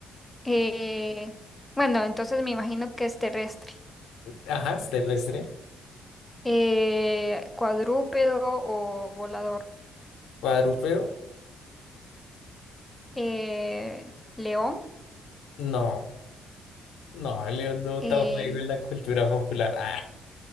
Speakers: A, in the centre; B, on the left.
A: Eh, bueno, entonces me imagino que es terrestre,
B: Ajá, es terrestre.
A: Eh, cuadrúpedo o volador.
B: Cuadrúpedo,
A: Eh, león,
B: no. No, León no
A: eh,
B: tan juego en la cultura popular. Ah,